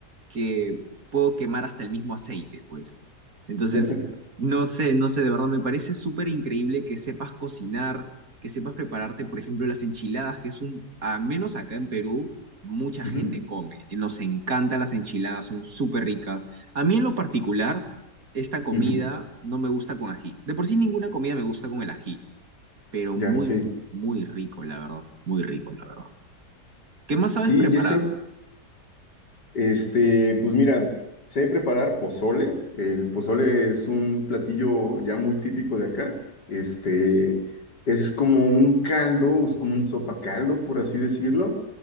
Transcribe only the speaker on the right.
que puedo quemar hasta el mismo aceite, pues. Entonces,
no sé, no sé, de verdad me parece súper increíble que sepas cocinar, que sepas prepararte, por ejemplo, las enchiladas, que es un, al menos acá en Perú, mucha
gente come. y Nos encantan las enchiladas, son súper ricas. A mí en lo particular, esta comida
no me gusta con ají. De por sí ninguna comida me gusta con el ají, pero
muy,
muy rico, la verdad, muy rico, la verdad. ¿Qué más sabes
preparar?